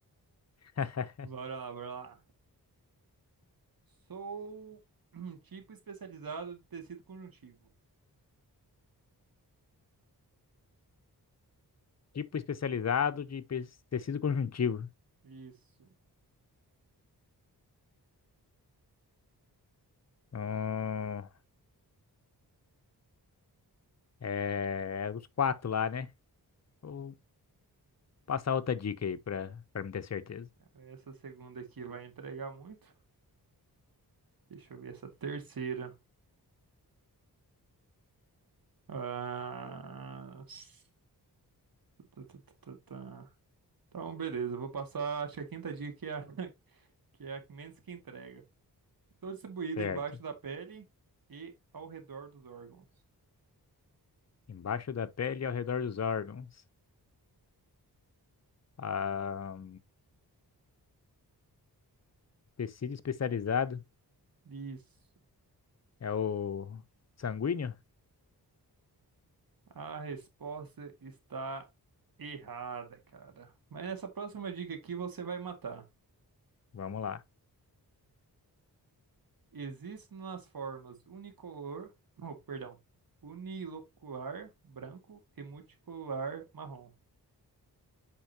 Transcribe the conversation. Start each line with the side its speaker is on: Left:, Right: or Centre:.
Left: <laughs>
Right: Bora lá, bora lá. Sou <clears throat> um tipo especializado de tecido conjuntivo.
Left: Tipo especializado de pe- tecido conjuntivo.
Right: Isso.
Left: Hum, é, os quatro lá, né? Vou passar outra dica aí pra, pra me ter certeza.
Right: Cara, essa segunda aqui vai entregar muito. Deixa eu ver essa terceira. Ah... s- tá, tá, tá, tá, tá. Então, beleza. eu Vou passar, acho que a quinta dica que é a, <laughs> que é a menos que entrega. Estou distribuído
Left: Certo.
Right: embaixo da pele e ao redor dos órgãos.
Left: Embaixo da pele e ao redor dos órgãos. Ah, tecido especializado
Right: Isso.
Left: é o sanguíneo?
Right: A resposta está errada, cara. Mas nessa próxima dica aqui você vai matar.
Left: Vamos lá.
Right: Existe nas formas unicolor, oh, perdão, unilocular branco e multicolor marrom.